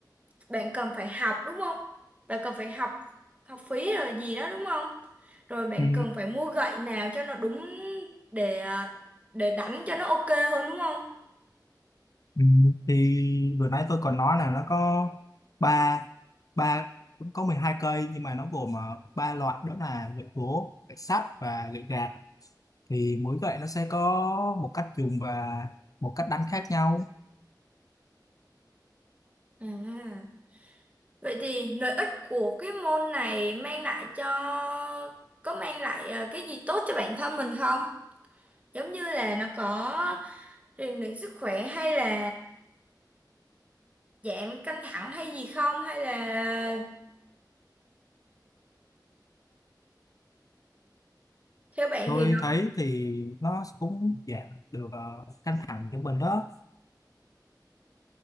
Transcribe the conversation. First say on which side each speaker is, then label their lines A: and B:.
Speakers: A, on the right; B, on the left.
A: bạn cần phải học đúng không? Bạn cần phải học học phí rồi gì đó đúng không? Rồi bạn
B: Ừ.
A: cần phải mua gậy nào cho nó đúng để à, để đánh cho nó ok hơn đúng không?
B: Ừ, thì vừa nãy tôi còn nói là nó có ba ba cũng có mười hai cây nhưng mà nó gồm ờ, ba loại đó là gậy gỗ gậy sắt và gậy gạt thì mỗi gậy nó sẽ có một cách dùng và một cách đánh khác nhau
A: À, vậy thì lợi ích của cái môn này mang lại cho có mang lại ờ, cái gì tốt cho bản thân mình không? Giống như là nó có rèn luyện sức khỏe hay là giảm căng thẳng hay gì không hay là theo bạn
B: tôi
A: thì nó
B: thấy thì nó cũng giảm được ờ, căng thẳng cho mình đó